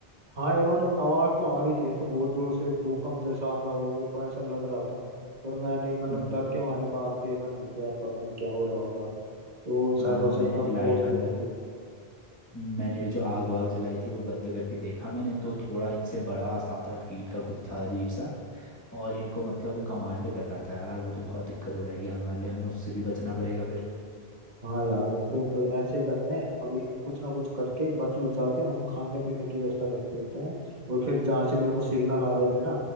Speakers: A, on the right; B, on the left.
A: हाँ यार मतलब आवाज तो आ रही थी ऐसे बहुत जोर से भूकंप जैसा आ रहा हो मेरे को ऐसा लग रहा था पर मैंने मतलब
B: हम्म,
A: डर के मारे बाहर देखा नहीं कि यार पता नहीं क्या हो रहा होगा तो वो
B: हाँ
A: शायद हो
B: मैंने
A: सकता
B: भी
A: है वो
B: लाइट
A: बॉस
B: बंद
A: जोम्बी
B: कर-
A: हो
B: हम्म, मैंने भी जो आग वाग जलाई थी वो बंद करके देखा मैंने तो थोड़ा इनसे बड़ा सात आठ फीट का कुछ था अजीब सा और इनको मतलब वो कमांड कर रहा था यार वो तो बहुत दिक्कत हो जाएगी हमारे लिए हमें उससे भी बचना पड़ेगा फिर
A: हाँ यार फिर तो ऐसे ही करते हैं अभी कुछ ना कुछ करके बच उचा के हम खाने पीने की व्यवस्था कर देते हैं और फिर जहाँ से मेरे को सिग्नल आ रहे थे ना